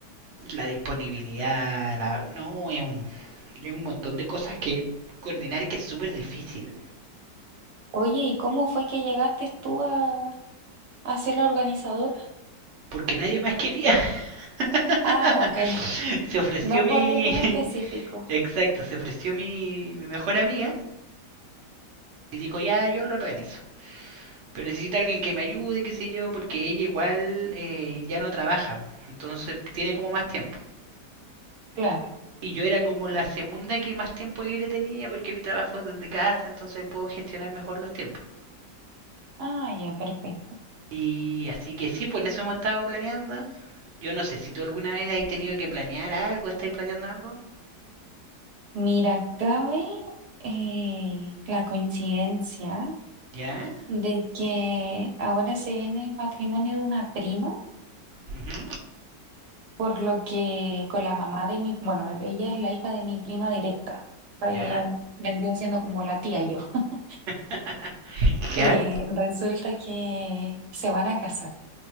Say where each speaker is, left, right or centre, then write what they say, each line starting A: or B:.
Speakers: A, on the right; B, on the right.
A: la disponibilidad, la... no, es un, es un montón de cosas que coordinar que es súper difícil.
B: Oye, ¿y cómo fue que llegaste tú a, a ser la organizadora?
A: Porque nadie más quería. <laughs>
B: Ah, ok, <laughs>
A: Se ofreció
B: no
A: mi,
B: por algo en específico,
A: Exacto, se ofreció mi, mi mejor amiga y dijo, ya, yo lo organizo. Pero necesita alguien que me ayude, qué sé yo, porque ella igual eh, ya no trabaja, po, entonces tiene como más tiempo.
B: claro,
A: Y yo era como la segunda que más tiempo libre tenía porque mi trabajo es desde casa, entonces puedo gestionar mejor los tiempos.
B: ah, ya, perfecto.
A: Y así que sí, pues en eso hemos estado planeando. Yo no sé, si tú alguna vez has tenido que planear algo, ¿estáis planeando algo?
B: Mira, cabe eh, la coincidencia
A: ¿Ya?
B: de que ahora se viene el matrimonio de una prima.
A: Ujú,
B: Por lo que con la mamá de mi, bueno, ella es la hija de mi prima directa. O sea, Ella
A: ¿Ya?
B: vendría siendo como la tía yo. <laughs>
A: <laughs>
B: Eh,
A: ¿Ya?
B: resulta que se van a casar.